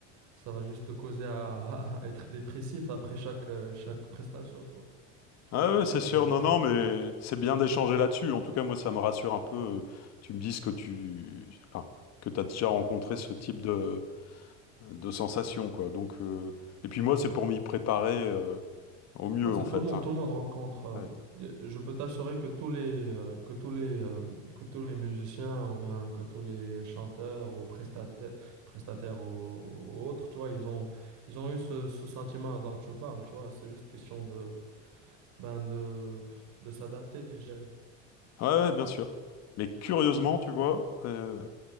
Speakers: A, on the right; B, on the left.
A: ça va juste te causer à, <laughs> à être dépressif après chaque, euh, chaque prestation, tu vois. Tu vas
B: Ah
A: rentrer,
B: ouais, c'est
A: tu
B: sûr,
A: vas,
B: non,
A: tu
B: non,
A: vas...
B: mais
A: Ouais.
B: c'est bien d'échanger là-dessus. En tout cas, moi, ça me rassure un peu. euh, Tu me dises que tu, enfin, que t'as déjà rencontré
A: Non,
B: ce
A: c'est sûr.
B: type de, de sensation, quoi. Donc, euh, et puis moi, c'est pour m'y préparer, euh, au mieux,
A: Non, c'est
B: en fait.
A: tout le monde,
B: hein.
A: tout le monde rencontre.
B: Ouais.
A: euh, je peux t'assurer que tous les, euh, que tous les, euh, que tous les musiciens ou bien que tous les chanteurs ou prestataires, prestataires ou, ou autres, tu vois, ils ont, ils ont eu ce, ce sentiment dont tu parles, tu vois. C'est juste question de, ben de, de s'adapter, je dirais.
B: Ouais, ouais, bien sûr. Mais curieusement, tu vois, euh,